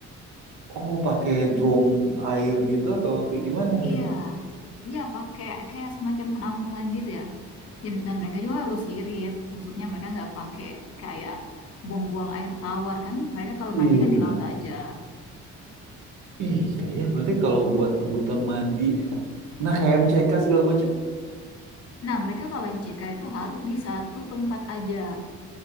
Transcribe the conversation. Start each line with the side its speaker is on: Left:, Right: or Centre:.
Right: Oh, pakai drum air gitu atau kayak gimana
Left: Iya.
Right: gitu?
Left: Iya, pakai kayak semacam penampungan gitu ya. Dan dan mereka juga harus irit, maksudnya mereka nggak pakai kayak buang-buang air tawar kan. Mereka kalau
Right: Iya.
Left: mandi kan di laut aja.
Right: Iya ya, berarti kalau buat kebutuhan mandi, em, nah kayak MCK segala macam.
Left: Nah, mereka kalau MCK itu harus di satu tempat aja.